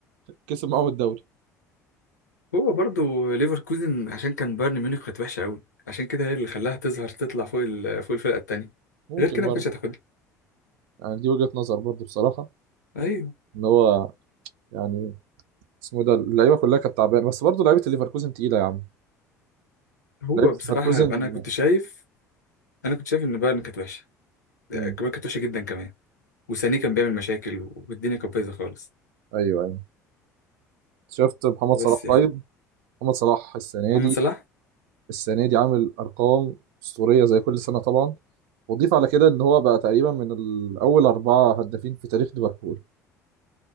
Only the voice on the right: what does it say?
كسب معاهم الدوري
ممكن
برضه
يعني دي وجهه نظر برضه بصراحه
ان هو يعني اسمه ده اللعيبه كلها كانت تعبانه بس برضه لعيبه ليفركوزن تقيله يا عم
لعيبه
ليفركوزن
مم.
ايوه ايوه شفت محمد
صلاح
طيب محمد صلاح السنه
دي
السنه دي عامل ارقام اسطوريه زي كل سنه طبعا وضيف على كده ان هو بقى تقريبا من الاول اربعه هدافين في تاريخ ليفربول